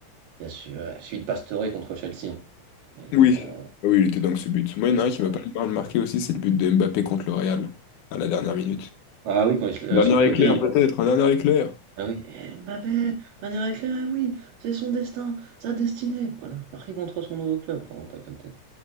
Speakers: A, on the right; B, on the left.
A: il y a celui, ouais, celui de Pastore contre Chelsea. hein. Il était,
B: Oui.
A: euh,
B: Ah oui, il était dingue ce but. Moi, il y en a un qui
A: voilà.
B: m'a pas mal marqué aussi, c'est le but de Mbappé contre le Real, à la dernière minute.
A: Ah oui, quand il se- euh,
B: Dernier
A: sur le côté,
B: éclair,
A: il
B: peut-être,
A: va.
B: un dernier éclair.
A: Ah oui. Eh, Mbappé, dernier éclair, eh oui, c'est son destin, sa destinée. Voilà, marqué contre son nouveau club. Enfin, t'as capté.